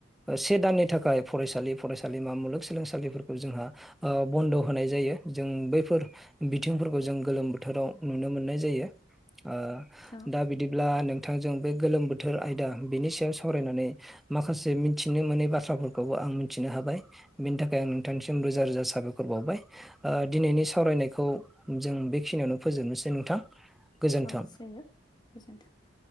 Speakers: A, in the centre; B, on the left (about 25°).
A: से दाननि थाखाय फरायसालि फरायसालिमा मुलुगसोलोंसालिफोरखौ जोंहा ओ बन्द होनाय जायो जों बैफोर बिथिंफोरखौ जों गोलोम बोथोराव नुनो मोननाय जायो ओ
B: औ
A: दा बिदिब्ला नोंथां दा जों बे गोलोम बोथोर आयदा बिनि सायाव सावरायनानै माखासे मिथिनो मोनै बाथ्राफोरखौबो आं मिथिनो हाबाय बेनि थाखाय आं नोंथांनिसिम रोजा रोजा साबायखर बावबाय। ओ दिनैनि सावरायनायखौ जों बेखिनियावनो फोजोबनोसै नोंथां। गोजोन्थों।
B: औ सयो गोजोनथों।